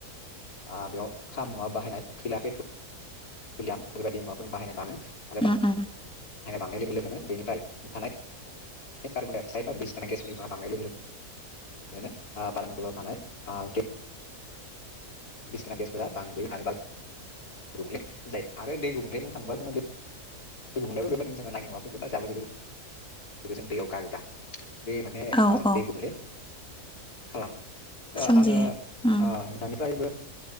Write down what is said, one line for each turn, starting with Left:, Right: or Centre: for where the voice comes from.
Left: आ बेयाव खा मुवा बाहायनाय खैला पेट्रलिआम फोरबायदि मुवाफोर बाहायनाय बाङो। आरो
Centre: ओम ओम
Left: बाहायनाय बांनाय लोगो लोगोनो बेनिफ्राय ओंखारनाय कार्बन दाइ अक्साइड बा बिस गोनां गेसाफोरनि बिबां बांनाय लोगो लोगोनो आ बारमनदलाव थानाय आ गे बिसगोनां गेसफोरा बांबोयो आरो गुबुंले जायो आरो दै गुबुंले बुंनो थांबा जोङो दै गुबुंलेयाबो बेबायदि जोङो नाङि माफोरखौ बा जाबो जोथोरफोरखौ जों दैयाव गारोब्ला बे माने
Centre: औ
Left: आ
Centre: औ
Left: दै गुबुंले खालामो। दा
Centre: सोमजियो
Left: आङो
Centre: उम
Left: अ नोंथांनिफ्रायबो